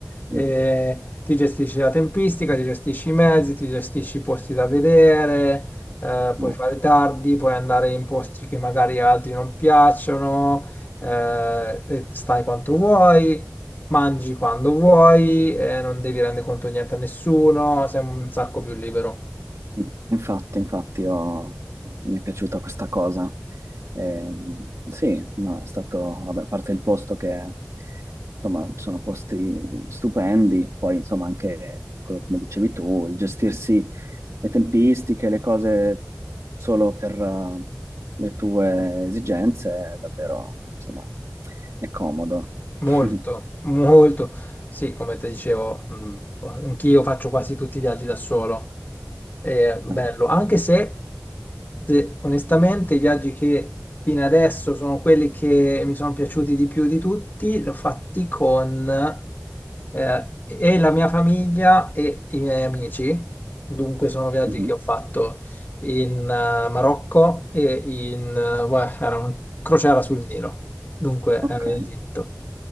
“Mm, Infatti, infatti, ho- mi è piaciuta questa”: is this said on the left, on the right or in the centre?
Right